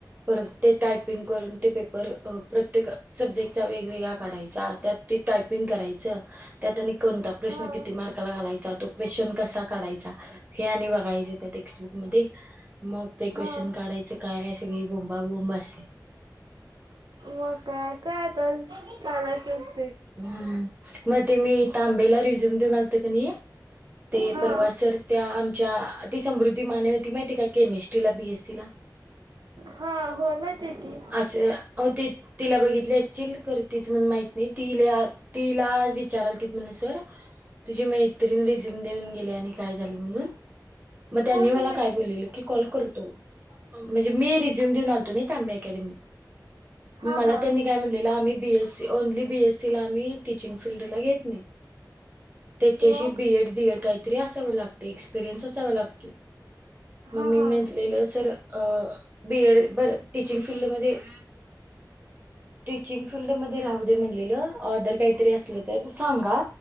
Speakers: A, on the right; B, on the right.
A: परत ते टायपिंग करून ते पेपर अ प्रत्येक सब्जेक्टचा वेगवेगळा काढायचा त्यात ते टायपिंग करायचं. त्यात आणिक कोणता प्रश्न
B: हा
A: किती मार्काला घालायचा, तो क्वेश्चन कसा काढायचा, हे आणि बघायचं. त्या टेक्स्टबुकमध्ये मग ते
B: हा
A: क्वेशचन काढायचं काय, सगळी बोंबा बोंब असे.
B: मग काय, काय तर चालायचस
A: हम्म, मग ते मी तांबेला रिझ्यूम देऊन आलतो की नाही? ते
B: हा
A: परवा सर त्या आमच्या ती समृद्धी माने होती माहिती का, केमिस्ट्रीला बीएस सी ला.
B: हा, होय, माहिती आहे की.
A: असंया हो, ती तिला बघितली असचील, करतीच म्हण माहीत नाही. तिल्या तिला आज विचारालते म्हण सर तुझी मैत्रीण रिझ्यूम देऊन गेली आणि काय झालं म्हणून? मग त्यांनी
B: कोणती
A: मला
B: मैत्रीण
A: काय बोललेलं की, कॉल करतो. म्हणजे मी रिझ्युम देऊन आलतो नाही, तांब्या अकॅडमीत.
B: हा
A: मला
B: हा
A: त्यांनी काय म्हणलेलं, आम्ही बीएसी ओनली बीएस तिला मी टिचींग फिडला घेतली, त्याच्याशी
B: मग
A: बीएड डीएड काहीतरी असाव लागतंय, एक्सपिरय्स असावं लागतोय.
B: हा
A: मग मी
B: हा
A: म्हंतलेलं सर अ... बीएड बर टीचिंग फील्डमध्ये टीचिंग फील्डमध्ये राहुदे म्हणलेल ऑदर काहीतरी असलं तर सांगा,